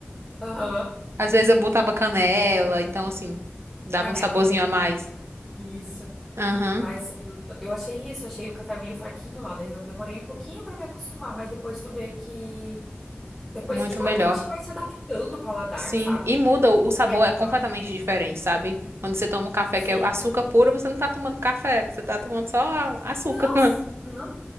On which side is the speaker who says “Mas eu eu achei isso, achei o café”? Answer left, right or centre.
Centre